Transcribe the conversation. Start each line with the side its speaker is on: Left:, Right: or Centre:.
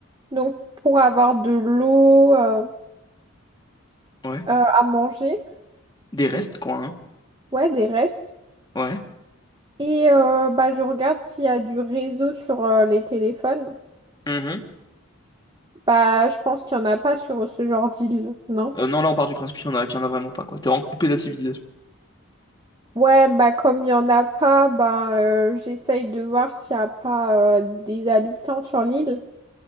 Right: Donc pour avoir de l'eau euh,
Left: ouais. ouais.
Right: euh, à manger,
Left: Des restes, quoi, hein.
Right: ouais, des restes.
Left: Ouais.
Right: Et euh, bah je regarde s'il y a du réseau sur euh, les téléphones.
Left: Mhm.
Right: Bah, je pense qu'il n'y en a pas sur ce genre d'île, non?
Left: Euh, non, là, on part du principe qu'il y en a, qu'il y en a vraiment pas, quoi. T'es en coupé de la civilisation.
Right: Ouais, bah comme il n'y en a pas, bah, euh, j'essaye de voir s'il n'y a pas euh, des habitants sur l'île.